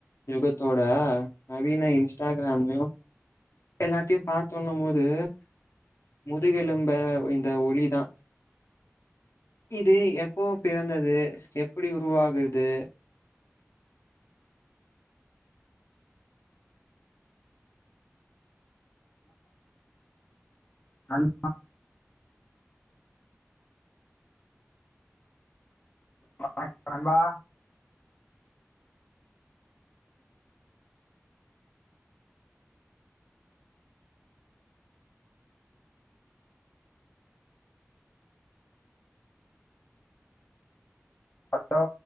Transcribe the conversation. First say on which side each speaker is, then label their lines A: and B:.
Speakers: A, on the left; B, on the left.
A: யுகத்தோட நவீன இன்ஸ்டாகிராமு எல்லாத்தையும் பாத்தோண்ணும்போது முதுகெலும்ப இந்த ஒளி தா இது எப்போ பிறந்தது எப்டி உருவாகுது
B: அ <inaudible> அ நண்பா ஹலோ